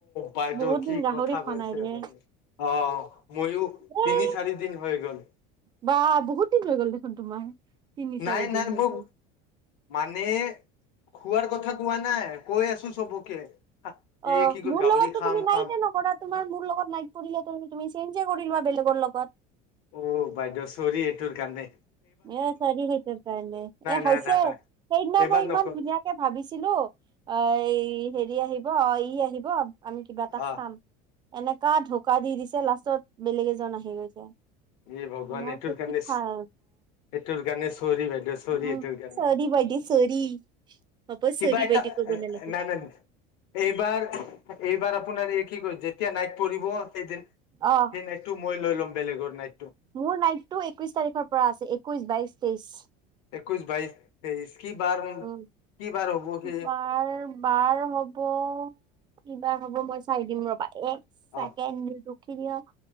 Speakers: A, on the left; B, on the right.
A: বাইদেউ
B: বহুত
A: কি
B: দিন গাহৰি
A: কথা
B: খোৱা
A: কৈছে
B: নাই ৰে
A: আপুনি, অ'। ময়ো
B: এই
A: তিনি চাৰি দিন হয় গল
B: বা বহুত দিন হৈ গ'ল দেখোন তোমাৰ। তিনি
A: নাই
B: চাৰি
A: নাই
B: দিন হৈ
A: মোক
B: গ'ল।
A: মানে খোৱাৰ কথা কোৱা নাই, কৈ আছো চবকে এই
B: অ
A: কি কয়
B: মোৰ
A: গাহৰি
B: লগতো
A: খাম
B: তুমি নাইট
A: খাম
B: নকৰা তোমাৰ মোৰ লগত নাইট পৰিলেুমুমি চেঞ্জ লোৱা বেলেগ লগত
A: অ বাইদউ চৰি এটোৰ কাৰানে!
B: এ চাৰ সেইতাৰ কাৰণে এ
A: নাই
B: হৈছে
A: নাই
B: সেইদিনা
A: নাই এইবাৰ
B: মই ইমান
A: নকৰো
B: ধুনীয়াকে ভাবিছিলো অ হেৰি আহিব ই আহিব আমি কিবা এটা
A: অ',
B: খাম। এনেকা ঢকা দি দিছে লাষ্টত বেলেগ এজন আহি গৈছে।
A: এ ভগৱান
B: মই
A: এটোৰ
B: কৈছো
A: কেনেছ,
B: কি ভাল
A: এইটোৰ কাৰণে চৰি বাইদেউ চৰি
B: উম
A: এইটোৰ কাৰণে
B: চৰি বাইদেউ চৰি হ'ব
A: কিবা
B: চৰি
A: এটা
B: বাইদেউ ক'ব নালাগে
A: নাই নাই এইবাৰ এইবাৰ আপোনাৰ এই কি কয় যেতিয়া নাইট পৰিঢ়িব সেইদিন
B: অ
A: সেই নাই তটো মই লৈ ল'ম। বেলেগৰ নাই,
B: মোৰ নাইটটো একৈশ তাৰিখৰ পৰা আছে একৈশ, বাইশ, তেইশ।
A: একৈশ, বাইশ, তেইশ, কি বাৰ
B: উম
A: কি বাৰ! হ'ব সি
B: বাৰ বাৰ হ'ব, কিবা হ'ব মই চাই দিম ৰবা এক চেকেণ্ড
A: অ',
B: কৰিয়